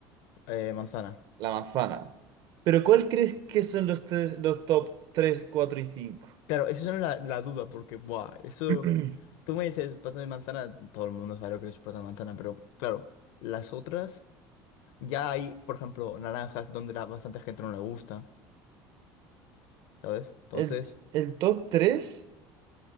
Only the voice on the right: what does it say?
la manzana. Pero ¿cuál crees que son los, tres, los top 3 4 y cinco
<clears throat>
El, el top 3